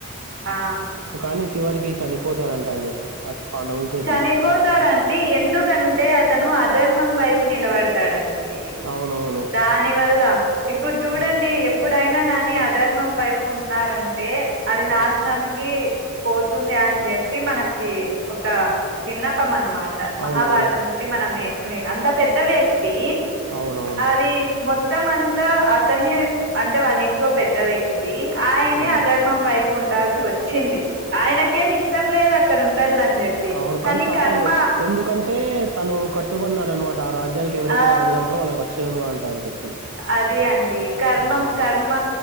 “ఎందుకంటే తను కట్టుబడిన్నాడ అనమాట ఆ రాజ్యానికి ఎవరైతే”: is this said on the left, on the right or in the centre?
Right